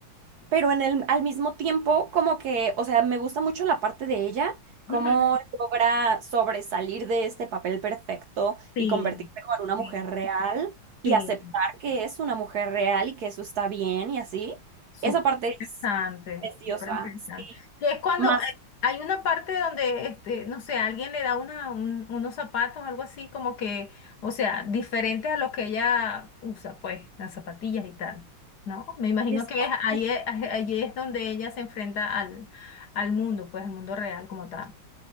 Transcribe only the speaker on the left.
Ujú.
Sí,
sí,
sí.
Súper
interesante,
súper interesante.
Que es cuando
hay hay una parte donde, este, no sé, alguien le da una, un- unos zapatos, algo así, como que, o sea, diferentes a los que ella usa, pues, las zapatillas y tal, ¿no? Me imagino
que
es- ahí es, ahí es donde ella se enfrenta al, al mundo, pues, al mundo real como tal.